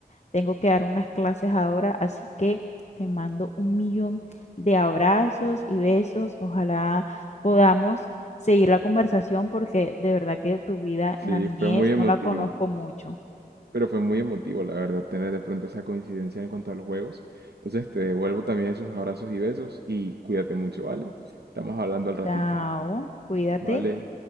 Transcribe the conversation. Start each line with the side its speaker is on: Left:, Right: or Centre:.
Left: Tengo que dar unas clases ahora, así que te mando un millón de abrazos y besos. Ojalá podamos seguir la conversación porque de verdad que tu vida
Right: Sí,
Left: en la niñez
Right: fue muy emotivo,
Left: no la conozco mucho.
Right: pero fue muy emotivo, la verdad, tener de pronto esa coincidencia en cuanto a los juegos. Entonces te devuelvo también esos abrazos y besos y cuídate mucho, ¿vale? Estamos hablando al ratito,
Left: Chao, cuídate.
Right: ¿vale?